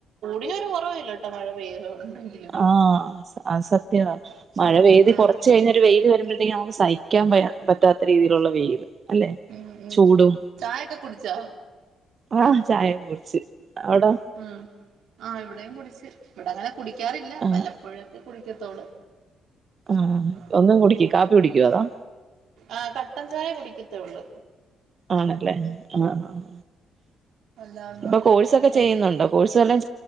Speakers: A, on the right; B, on the right.
A: തിനൊരു കൊറവില്ലട്ടോ മഴ പെയ്യുന്നുണ്ടെങ്കിലും
B: ആഹ് അസ അസത് ത്യവാ മഴ പെയ്ത്കൊറച്ചഴിഞ്
A: ആ
B: ഒരു വെയി ല് വരുമ്പഴ്ത്തേക്ക് നമുക്ക് സഹി ക്കാൻ പയ പറ്റാത്ത രീതിയി ള്ള വെയില് ല്ലെ
A: ഉം ഉം
B: ചൂടും
A: ചായൊക്കെ കുടിച്ചോ
B: ആ ചായെക്കെ കുടിച്ച് അവിടോ
A: ഉം ആ ഇവിടെം കുടിച്ച് ഇവിടങ്ങനെ കുടിക്കാറില്ല
B: ആഹ്
A: വല്ലപ്പോഴൊകെ കുടിക്കത്തോട്
B: ആഹ്
A: ആഹ്
B: ഒന്നും കുടിക്ക് കാപ്പി കുടിക്കുവോ അതോ
A: ആഹ് കട്ടൻചായ കുടിക്കും ത്തൊള്ളു
B: ആണെല്ലേ ആഹ് ആഹ്
A: അല്ലാതെ
B: ഇപം കോഴ്സൊകെ
A: കഴിക്കത്തില്ല
B: ചെയ്യുന്നുണ്ടോ കോഴ്സ് വല്ലേം